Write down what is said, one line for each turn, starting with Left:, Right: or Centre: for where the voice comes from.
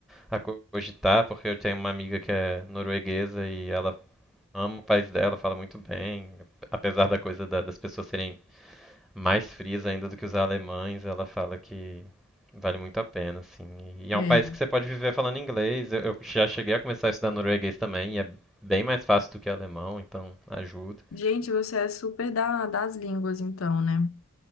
Centre: a cogitar, porque eu tenho uma amiga que é norueguesa e ela ama o país dela, fala muito bem, apesar da coisa da- das pessoas serem mais frias ainda do que os alemães, ela fala que vale muito a pena, assim. E, e
Left: É.
Centre: é um país que você pode viver falando inglês. Eu, eu já cheguei a começar a estudar norueguês também, e é bem mais fácil do que alemão, então ajuda.
Left: Gente, você é super da, das línguas, então, né?